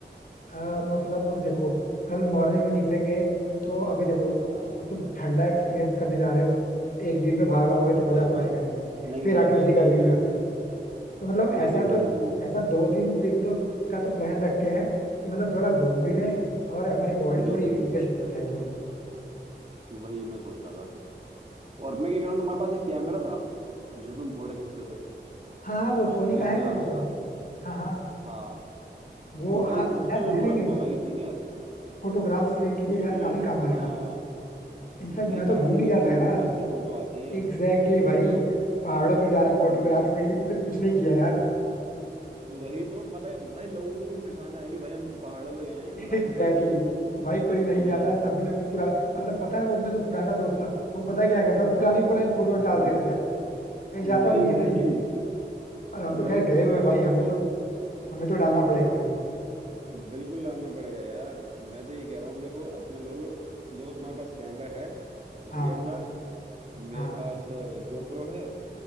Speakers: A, on the left; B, on the right.
A: आ, मतलब देखो कल मॉर्निंग में निकलेंगे तो अभी देखो
B: हाँ हाँ,
A: तुम ठंडा एक्सपीरियंस करने जा रहे हो तो एक दिन में भाग आओगे तो मजा
B: सही बात
A: तो आएगा
B: है
A: नहीं भाई
B: नहीं
A: फिर
B: नहीं
A: आके
B: नहीं
A: उसी गर्मी
B: नहीं
A: में
B: नहीं
A: आ
B: भाई
A: गए तो मतलब
B: वही
A: ऐसा
B: वही
A: तो ऐसा दो तीन दिन तो का तो प्लान रखते हैं कि मतलब थोड़ा घूम भी लें और हमारी बॉडी
B: बिल्कुल
A: थोड़ी
B: बिल्कुल
A: रिफ्रेश हो जाए थोड़ी
B: वही मैं सोच रहा था और मैं क्या कह रहा हूँ तुम्हारे पास एक कैमरा था जो तुम फोटो खींचते थे
A: हाँ हाँ वो सोनी
B: डीएसएलआर
A: का है मेरे पास
B: जो
A: अभी
B: था
A: भी हाँ हाँ
B: हाँ
A: वो
B: तो भाई
A: हाँ
B: उसको
A: यार
B: जरूर
A: ले लेंगे
B: रखना
A: उसको
B: भाई ठीक है
A: फोटोग्राफ्स ले के लिए
B: उसको
A: यार काफी काम आएगा
B: हाँ
A: इनफैक्ट
B: भाई
A: मैं तो
B: पहाड़
A: भूल ही
B: पे
A: गया
B: एकदम
A: था यार
B: मस्त फोटो आती है यार
A: एग्जैक्टली exactly
B: वही
A: भाई
B: तो
A: पहाड़ों पे जा रहा फोटोग्राफ्स
B: हम्म
A: नहीं ली तो फिर कुछ नहीं किया यार
B: वही तो पता है भाई लोगों को भी तो दिखाना है कि भाई हम पहाड़ों पे गए हैं मजाक
A: Exactly
B: छोड़िए
A: exactly. भाई कोई नहीं जाता
B: यार
A: है तब भी अपनी पुरा मतलब पता है वो अपना जो पुराना दोस्त था वो पता है क्या करता है वो पुरानी
B: हाँ
A: पुरानी फोटोज
B: हाँ
A: डालते
B: हाँ,
A: रहता है कहीं जाता
B: भाई
A: भी नहीं है
B: वही
A: फिर भी और हम तो
B: वही
A: खैर गए
B: तो मैं
A: हुए
B: कह
A: हैं
B: रहा
A: भाई
B: हूँ
A: हमें
B: देखो
A: तो हमें तो
B: हाँ
A: डालना पड़ेगा भाई
B: बिल्कुल डालना पड़ेगा यार मैं तो ये कह रहा हूँ देखो अपने लोग देखो तुम्हारे पास कैमरा है वो डीएसएलआर
A: हाँ हाँ
B: मेरे पास गोप्रो है